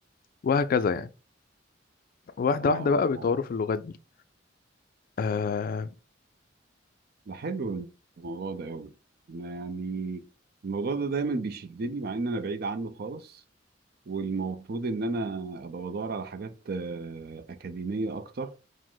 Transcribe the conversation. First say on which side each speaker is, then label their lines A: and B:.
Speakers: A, on the left; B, on the right.
A: وهكذا يعني واحدة
B: اه
A: واحدة بقى بيطوروا
B: اه
A: في اللغات دي آه...
B: ده حلو الموضوع ده قوي يعني الموضوع ده دايما بيشدني مع ان انا بعيد عنه خالص والمفروض ان انا ابقى بدور على حاجات آه، اكاديميه اكتر